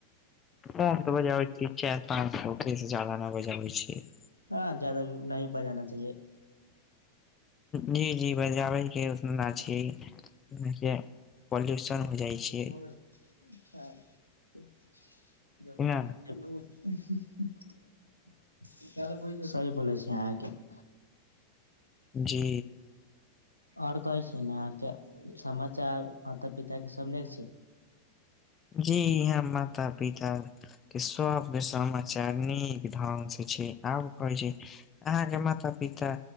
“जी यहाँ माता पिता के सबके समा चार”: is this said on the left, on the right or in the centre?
Left